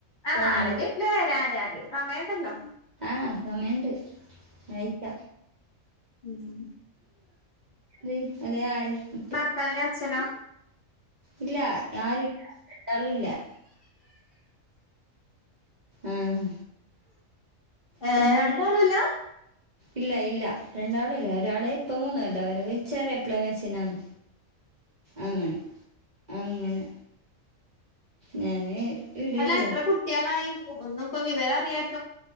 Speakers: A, on the left; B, on the right.
A: ആ
B: ഫോണിന്റെ
A: നാലരയാവിലേ വരാനെ അതിന് സമയുണ്ടല്ലോ.
B: ആഹ് സമയണ്ട് ആയിക്കാം
A: ഉം
B: അതെ അതെ ആര ഇപ്പെ
A: പ്പ അവന്റെ അച്ഛനോ?
B: ഇല്ല ആരൂല്ല രണ്ടാളും ഇല്ല. ആഹ്
A: ഏ
B: പിന്നെന്ത്
A: രണ്ടാളൂല്ല?
B: ഇല്ല ഇല്ല രണ്ടാളൂല്ല ഒരാളെ ഇപ്പോ മൂന്നു കൊല്ലാവും ഒരാള് ചെറിയായപ്ലെ മരിച്ചന്നാണ് അങ്ങനെ അങ്ങനെ. ഞാന് ഇടെള്ളത്
A: അല്ല എത്ര കുട്ടികളായി ഒന്നും ഇപ്പോ വിവര അറിയാത്ത